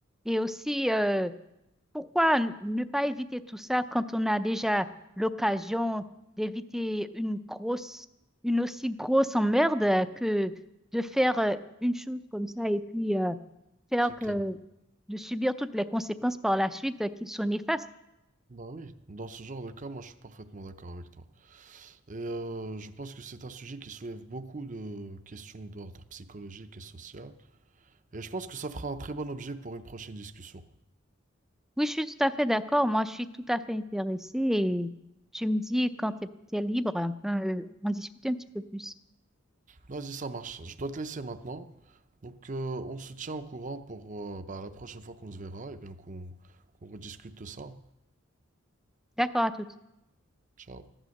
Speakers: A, in the centre; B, on the right.
A: Et aussi, euh, pourquoi n- ne pas éviter tout ça quand on a déjà l'occasion d'éviter une grosse, une aussi grosse emmerde euh, que de faire euh, une chose comme ça et puis euh, faire
B: C'est
A: que
B: clair.
A: de subir toutes les conséquences par la suite euh, qui sont néfastes.
B: Bah oui, dans ce genre de cas, moi je suis parfaitement d'accord avec toi. Et euh, je pense que c'est un sujet qui soulève beaucoup de questions d'ordre psychologique et social. Et je pense que ça fera un très bon objet pour une prochaine discussion.
A: Oui, je suis tout à fait d'accord. Moi, je suis tout à fait intéressée et tu me dis quand tu es, libre, on peut euh, en discuter un petit peu plus.
B: Vas-y, ça marche. Je dois te laisser maintenant. Donc euh, on se tient au courant pour euh, bah, la prochaine fois qu'on se verra et bien qu'on qu'on rediscute de ça.
A: D'accord à toutes.
B: Ciao.